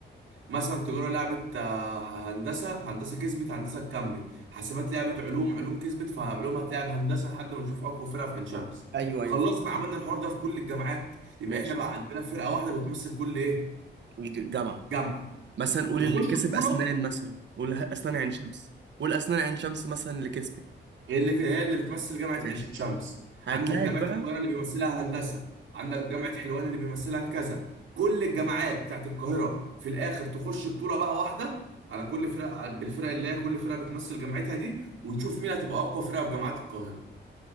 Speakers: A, on the right (about 85°); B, on the right (about 65°).
A: مثلا تجاره لعبت آه، هندسه هندسه كسبت هندسه تكمل حاسبات لعبت علوم علوم كسبت فعلوم هتلعب هندسه لحد ما نشوف اقوى فرقه في عين شمس
B: ايوه ايوه
A: خلصنا
B: فهمت
A: عملنا الحوار ده في كل الجامعات يبقى
B: ماشي
A: احنا بقى عندنا فرقه واحده بتمثل كل ايه
B: الج- جامعه
A: جامعه
B: مثلا قول
A: يخش
B: اللي كسب
A: بطوله
B: اسنان مثلا قول ه- اسنان عين شمس قول اسنان عين شمس مثلا اللي كسبت
A: هي اللي هي اللي بتمثل جامعة
B: ماشي
A: عين شمس
B: هتلاعب
A: عندك جامعة
B: بقى
A: القاهرة اللي بيمثلها هندسة عندك جامعة حلوان اللي بيمثلها كذا كل الجامعات بتاعت القاهرة في الآخر تخش بطولة بقى واحدة على كل فرقة بالفرق اللي هي كل فرقة بتمثل جامعتها دي ونشوف مين هتبقى أقوى فرقة في جامعات القاهرة